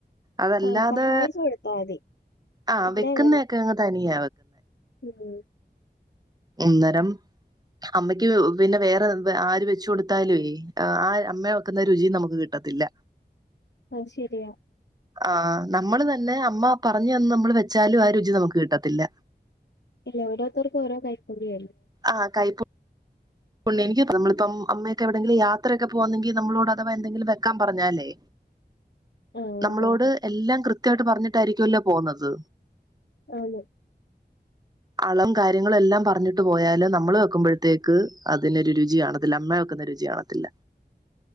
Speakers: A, on the right; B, on the left.
A: അതല്ലാതെ
B: ആഹ് സഹായിച്ചു കൊടുത്താ മതി
A: ആഹ്
B: ഇവിടെ
A: വെക്കുന്നക്കെ
B: അങ്ങനാ
A: ഞങ്ങ തനിയ
B: ഉം
A: അ ന്നേരം അമ്മയ്ക്ക് പിന്നെ വേറെ ആര് വെച്ചു കൊടുത്താലുവെ ആഹ് അമ്മ വെക്കുന്ന രുചി നമുക്ക് കിട്ടത്തില്ല.
B: ആത് ശരിയാ
A: ആഹ് നമ്മള് തന്നെ അമ്മ പറഞ്ഞു തന്ന് നമ്മള് വെച്ചാലും ആ രുചി നമുക്ക് കിട്ടത്തില്ല.
B: ഇല്ല ഓരോത്തർക്ക് ഓരോ കൈ പുണ്യം
A: ആ കൈ എനിക്ക് നമ്മളിപ്പം അമ്മയൊക്കെ എവിടെങ്കിലും യാത്രയൊക്കെ പോന്നെങ്കിൽ നമ്മളോട് അഥവാ എന്തെങ്കിലും വെക്കാൻ പറഞ്ഞാലേ
B: ആഹ്
A: നമ്മളോട്
B: അതെ അതെ
A: എല്ലാം കൃത് കൃത്യമായിട്ട് പറഞ്ഞിട്ടായിരിക്കല്ലേ പോന്നത്.
B: ആന്ന്
A: അളവുംകാര്യങ്ങളെല്ലാം പറഞ്ഞിട്ട് പോയല് നമ്മള് വെക്കുമ്പോഴത്തേക്ക് അതിനൊരു രുചി കാണത്തില്ല അമ്മ വെക്കുന്ന രുചി കാണത്തില്ല.